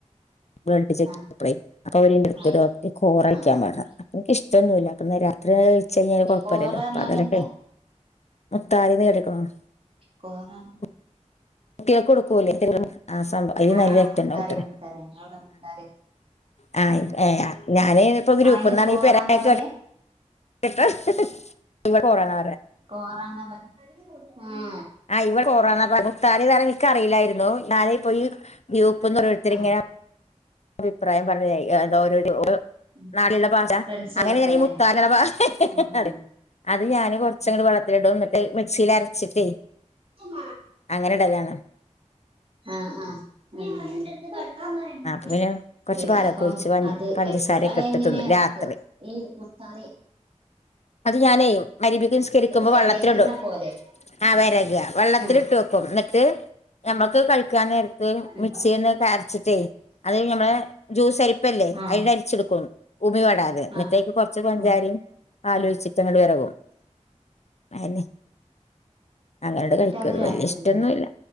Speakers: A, on the left; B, on the right.
A: <unintelligible>
B: ആഹ്
A: അപ്പയും അപ്പൊ അവരെന്റെടുത്ത്
B: ആഹ്
A: ഡോക്ടറ് കോറഴിക്കാൻ
B: ആഹ് ആഹ്
A: പറഞ്ഞു
B: ഉം
A: അപ്പോ എനിക്ക് ഇഷ്ടൊന്നുമല്ല അപ്പൊ ഇന്ന് രാ ഉച്ച കഴിഞ്ഞാല് കുഴപ്പില്ലല്ലോ
B: കോരാന്നാലെന്താ
A: പകലൊക്കെയാണ് മുത്താദ്യമേ എടുക്കണം
B: കോറാൻ
A: <inaudible> കുട്ടികൾക്ക് കൊടുക്കൂലേ ആഹ് സംഭവം അതിൽ
B: ആഹ്
A: നല്ല
B: ആഹ്
A: രക്തണ്ടാവുത്രെ
B: മുത്താറി മുത്താറി ഞങ്ങളിവിടെ മുത്താറി
A: ആഹ് ഞാന് ഇപ്പൊ ഗ്രൂപ്പ്ന്നാണെ
B: ആഹ് അയിന് കോറാന്നാ
A: <unintelligible>
B: പറയാ
A: <unintelligible>
B: കോറാന്ന പറ ഉം
A: ആഹ് ഇവി കോറാന്നാ പറയാ മുത്താരി ആണെന്ന് എനിക്കറിയില്ലായിരുന്നു ഈ ഗ്രൂപ്പിന് ഓരോരുത്തര്
B: ആഹ്
A: ഇങ്ങനെ അഭിപ്രായം പറഞ്ഞെ ഓരോരോ
B: ഉം
A: നാടിയുള്ള ഭാഷ
B: ആഹ് ഫ്രണ്ട്സുകളൊക്കെല്ലേ
A: അങ്ങനെ ഈ മുത്താന്നുള്ള ഭാഷ
B: ഉം ഉം
A: അതെ അത് ഞാന് കുറച്ച് അങ്ങോട്ട് വെള്ളത്തിലിടും അന്നിട്ട് മിക്സീല് അരച്ചിട്ടേ
B: ഉം
A: അങ്ങനെ ഇടലാണ്
B: ആഹ് ആഹ് ഉം ഉം <unintelligible>
A: അപ്പൊ പിന്നെ കുറച്ച് പാലൊക്കെ
B: അപ്പം
A: ഒഴിച്ച്
B: അത് <unintelligible>
A: പഞ്ചസാരയൊക്കെ ഇട്ട് തിന്നും രാത്രി അത് ഞാന് മരിബിക്ക് നിസ്കരിക്കുമ്പോ
B: വെരകണ
A: വെള്ളത്തിടും
B: പോലെ
A: ആഹ് വരേക വെള്ളത്തിലിട്ടു
B: ആഹ്
A: വെ ക്കും എന്നിട്ട് ഞമ്മക്ക് കഴിക്കാൻ നേരത്ത്
B: ഉം
A: മിക്സിന്ന് അരച്ചിട്ടേ അത് കഴിഞ്ഞ് ഞമ്മളെ ജൂസരിപ്പയില്ലേ
B: ആഹ് ആഹ്
A: അതില് അരിച്ചെടുക്കും ഊമി പെടാതെ അതെ എന്നിട്ടേക്ക്
B: ആഹ്
A: കൊറച്ച് പഞ്ചാരയും
B: ആഹ്
A: പാലൊഴിച്ചിട്ട്
B: ആഹ്
A: അങ്ങ് വിരകും അയന്നെ അങ്ങനങ്ങട്ട്
B: എന്നിട്ട്
A: കഴിക്കും അത്
B: രാത്രി
A: വല്യ ഇഷ്ടൊന്നുമില്ല
B: തിന്നേ